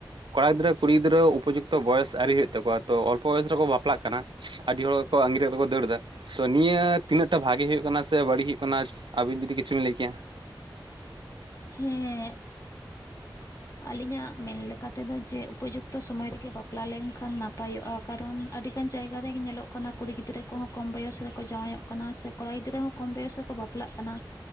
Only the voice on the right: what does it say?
ᱠᱚᱲᱟ ᱜᱤᱫᱽᱨᱟᱹ ᱠᱩᱲᱤ ᱜᱤᱫᱽᱨᱟᱹ ᱩᱯᱚᱡᱩᱠᱛᱚ ᱵᱚᱭᱮᱥ ᱟᱹᱨᱤ ᱦᱳᱭᱳᱜ ᱛᱟᱠᱚᱣᱟ ᱛᱚ ᱚᱞᱯᱚ ᱵᱚᱭᱚᱥ ᱨᱮᱠᱚ ᱵᱟᱯᱞᱟᱜ ᱠᱟᱱᱟ ᱟᱹᱰᱤ ᱦᱚᱲ ᱜᱮᱠᱚ ᱟᱜᱤᱨ ᱠᱟᱛᱮᱜ ᱠᱚ ᱫᱟᱹᱲ ᱫᱟ ᱛᱚ ᱱᱤᱭᱟᱹ ᱛᱤᱱᱟᱹᱜ ᱴᱟ ᱵᱷᱟᱜᱮ ᱦᱳᱭᱳᱜ ᱠᱟᱱᱟ ᱥᱮ ᱵᱟᱹᱲᱤᱡ ᱦᱳᱭᱳᱜ ᱠᱟᱱᱟ ᱟᱹᱵᱤᱱ ᱡᱩᱫᱤ ᱠᱤᱪᱷᱩ ᱵᱤᱱ ᱞᱟᱹᱭ ᱠᱮᱭᱟ